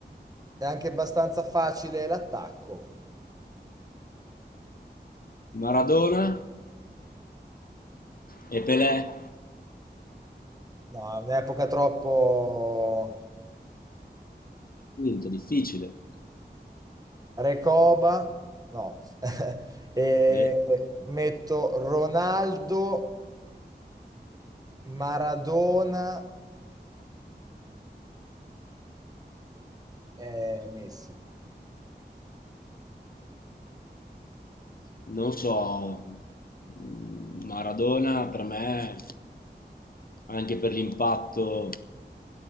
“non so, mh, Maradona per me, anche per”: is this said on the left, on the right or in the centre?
Left